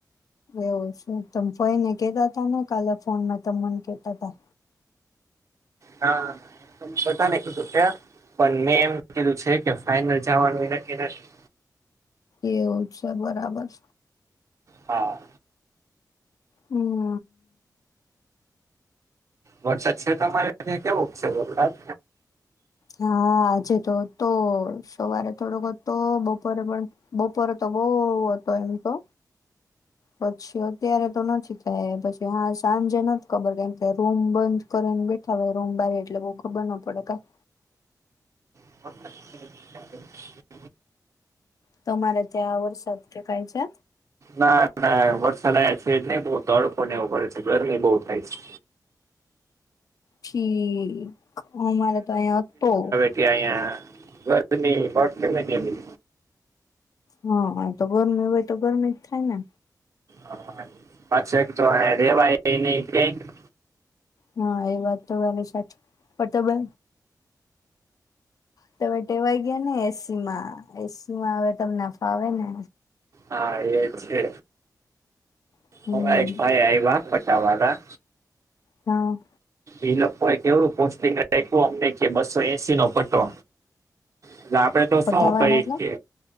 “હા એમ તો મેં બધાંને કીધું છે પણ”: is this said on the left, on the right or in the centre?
Right